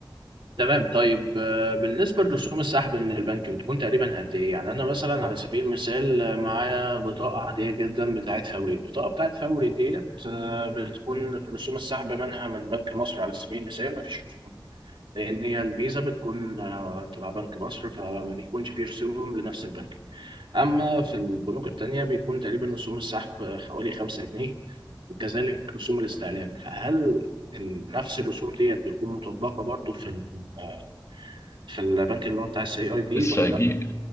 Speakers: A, on the right (about 85°); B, on the left (about 35°).
A: تمام طيب آه، بالنسبة لرسوم السحب من البنك بتكون تقريبا قد إيه؟ يعني أنا مثلا على سبيل المثال آه، معايا بطاقة عادية جدا بتاعت فوري، البطاقة بتاعت فوري ديت آه، بتكون رسوم السحب منها من بنك مصر على سبيل المثال مفيش رسوم لان هي الفيزا بتكون آه، تبع بنك مصر فما بيكونش فيه رسوم لنفس البنك اما في البنوك التانية بيكون تقريبا رسوم السحب آه، حوالي 5 جنيه وكذلك رسوم الاستعلام فهل ال- نفس الرسوم ديت بتكون مطبقة برضو في ال- آه، في البنك اللي هو بتاع السي اي بي
B: السي
A: ولا
B: اي
A: لا؟
B: بي